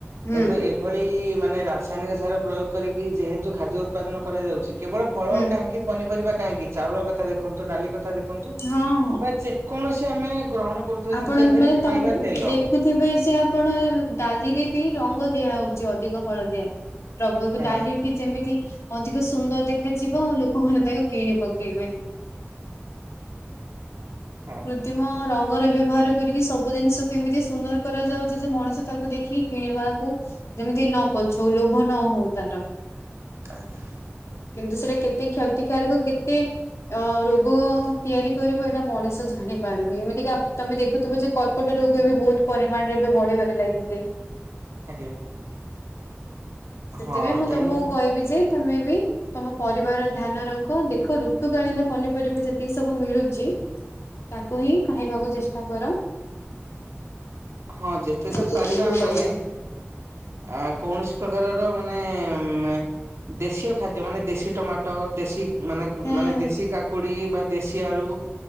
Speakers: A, on the left; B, on the right.
A: ହୁଁ
B: କିନ୍ତୁ ଏଭଳି ମାନେ ରାସାୟନିକ ସାର ପ୍ରୟୋଗ କରିକି ଯେହେତୁ ଖାଦ୍ୟ ଉତ୍ପାଦନ କରାଯାଉଛି କେବଳ ଫଳ
A: ହୁଁ
B: କାହିଁକି ପନିପରିବା କାହିଁକି ଚାଉଳ କଥା ଦେଖନ୍ତୁ ଡାଲି କଥା ଦେଖନ୍ତୁ
A: ହଁ ହଁ।
B: ବା ଯେ କୌଣସି ଆମେ ଗ୍ରହଣ କରୁଥିବା
A: ଆପଣ
B: ଜିନିଷ ଇଭେନ୍
A: ମାନେ ତମ
B: ଖାଇବା ତେଲ।
A: ଦେଖୁଥିବେ ଯେ ଆପଣ ଡାଲିରେ ବି ରଙ୍ଗ ଦିଆ ହଉଛି ଅଧିକ ହଳଦିଆ। ରଙ୍ଗକୁ
B: ହଁ
A: ଡାଲିଟି ଯେମିତି ଅଧିକ ସୁନ୍ଦର ଦେଖାଯିବ ଆଉ ଲୋକମାନେ ତାକୁ କିଣି ପକେଇବେ।
B: ହଁ
A: କୃ୍ତିମ ରଙ୍ଗରେ ବ୍ୟବହାର କରିକି ସବୁ ଜିନିଷକୁ କେମିତି ସୁନ୍ଦର କରାଯାଉଛି ଯେ ମଣିଷ ତାକୁ ଦେଖି କିଣିବାକୁ ଯେମିତି ନ ପଛଉ ଲୋଭ ନ ହଉ ତାର।
B: ଆଜ୍ଞା।
A: କିନ୍ତୁ ସେଟା କେତେ କ୍ଷତିକାରକ କେତେ ଅ ରୋଗ ତିଆରି କରିବ ଏଇଟା ମଣିଷ ଜା ଜାଣିପାରୁନି ଏମିତି କି ତମେ ଦେଖୁଥିବ ଯେ କର୍କଟ ରୋଗ ଏ ବି ବହୁତ ପରିମାଣରେ ଏବେ ବଢିବାରେ ଲାଗିଛି।
B: ଆଜ୍ଞା।
A: ସେଥିପାଇଁ
B: ହଁ
A: ମୁଁ
B: ତେଣୁ
A: ତମକୁ କହିବି ଯେ ତମେ ବି ତମ ପରିବାର ଧ୍ୟାନ ରଖ ଦେଖ ଋତୁକାଳୀନ ପନିପରିବା ଯେତିକି ସବୁ ମିଳୁଛି। ତାକୁ ହିଁ ଖାଇବାକୁ ଚେଷ୍ଟା କର।
B: ହଁ ଯେତେ
A: ହଁ
B: ଦୂର
A: ଯେତେଦୂର
B: ପାରିବା ଆମ
A: ସରୁ
B: ମାନେ ଆ କୌଣସି ପ୍ରକାରର ମାନେ ମେ ଦେଶୀୟ ଖାଦ୍ୟ ମାନେ ଦେଶୀ ଟମାଟୋ ଦେଶୀ ମାନେ
A: ହୁଁ
B: ମାନେ ଦେଶୀ କାକୁଡି ବା ଦେଶୀ ଆଳୁ।